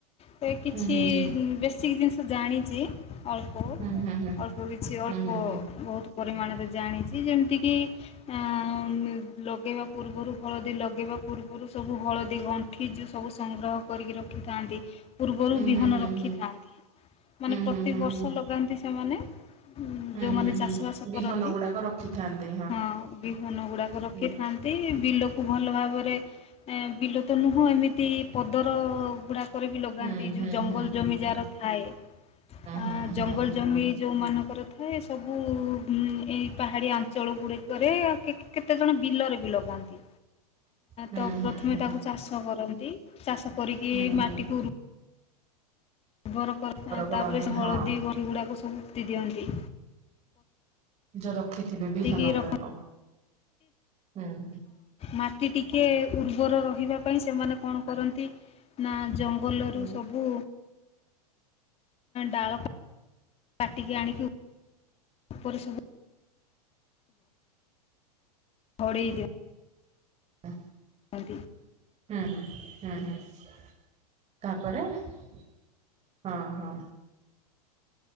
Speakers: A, on the left; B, on the right.
A: ସେ କିଛି
B: ହୁଁ ହୁଁ ହୁଁ
A: ବେଶିକ୍ ଜିନିଷ ଜାଣିଚି, ଅଲ୍ <unintelligible>
B: ହୁଁ ହୁଁ ହୁଁ
A: ଅଳ୍ପ କିଛି ଅଳ୍ପ
B: ହୁଁ ହୁଁ
A: ବହୁତ୍ ପରିମାଣରେ ଜାଣିଚି ଯେମ୍ତିକି ଆଁ ଲ ଗେଇବା ପୂର୍ବରୁ ହଳଦୀ ଲଗେଇବା ପୂର୍ବୁରୁ ସବୁ ହଳଦୀ ଗଣ୍ଠି ଯୋଉ ସବୁ ସଂଗ୍ରହ କରିକି ରଖିଥାନ୍ତି। ପୂର୍ବରୁ ବିହନ
B: ହୁଁ ହୁଁ
A: ରଖିଥାନ୍ତି
B: ହୁଁ
A: ମାନେ ପ୍ରତି
B: ହୁଁ
A: ବର୍ଷ
B: ହୁଁ।
A: ଲଗାନ୍ତି ସେମାନେ
B: ହୁଁ
A: ଯୋଉମାନେ
B: ହୁଁ ହୁଁ ହୁଁ ହୁଁ ହୁଁ ହୁଁ
A: ଚାଷ ବାସ
B: ବିହନ
A: କରନ୍ତି
B: ଗୁଡାକ
A: ହଁ
B: ରଖିଥାନ୍ତି
A: ବିହନ ଗୁଡାକ ର
B: ହୁଁ
A: ଥାନ୍ତି ବିଲକୁ ଭଲ ଭାବରେ ଏ ବିଲ ତ ନୁହଁ ଏମିତି ପଦର ଗୁଡ଼ା କରିକି ଲଗାନ୍ତି
B: ହୁଁ ହୁଁ
A: ଯୋଉ ଜଙ୍ଗଲ
B: ହୁଁ
A: ଜମି ଯାର ଥାଏ
B: ହୁଁ
A: ଆଁ ଜଙ୍ଗଲ
B: ହୁଁ ହୁଁ।
A: ଜମି। ଯେଉଁମାନଙ୍କର ଥାଏ ସବୁ ଏଇ ପାହାଡ଼ିଆ ଅଞ୍ଚଳ ଗୁଡ଼ିକରେ କେତେ କେତେଜଣ ବିଲରେ ବି ଲଗାନ୍ତି
B: ହୁଁ
A: ତ
B: ହୁଁ ହୁଁ
A: ପ୍ରଥମେ
B: ହୁଁ ହୁଁ
A: ତାକୁ ଚାଷ କରନ୍ତି। ଚାଷ କରିକି
B: ହୁଁ ହୁଁ।
A: ମାଟିକୁ ଉ ଉର୍ବର କରିଥାଏ
B: କରନ୍ତି
A: ତାପରେ ସେ ହଳଦୀ
B: ହଁ
A: ଗଣ୍ଠି ଗୁଡ଼ାକ ସବୁ ପୋତି ଦିଅନ୍ତି।
B: ଯୋଉ ରଖିଥିବେ
A: ପୋତିକି
B: ବିହନ ଗୁଡାକ
A: ରଖ
B: ହୁଁ।
A: ମାଟି ଟିକେ ଉର୍ବର ରହିବା ପାଇଁ ସେମାନେ କଣ କରନ୍ତି। ନା ଜଙ୍ଗଲ
B: ହୁଁ
A: ରୁ ସବୁ
B: <unintelligible>
A: ଡାଳ କାଟିକି ଆଣିକି ଉପରେ ସବୁ ଘୋଡ଼େଇ ଦିଅ।
B: <inaudible>
A: <unintelligible>
B: ହୁଁ ହୁଁ ହୁଁ ହୁଁ। ତାପରେ ହଁ ହଁ।